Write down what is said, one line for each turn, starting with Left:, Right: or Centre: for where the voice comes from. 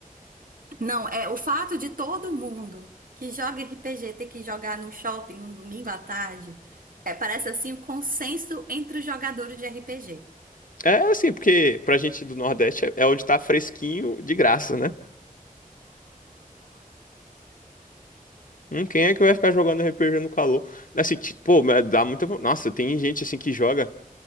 Right: Não, é o fato de todo mundo que joga RPG ter que jogar no shopping no domingo à tarde, é, parece assim o consenso entre os jogadores de RPG.
Left: É assim, porque pra gente do Nordeste é é onde tá fresquinho de graça, né? Hum, quem é que vai ficar jogando RPG no calor? Assim, ti- pô, mas dá muita. von- Nossa, tem gente assim que joga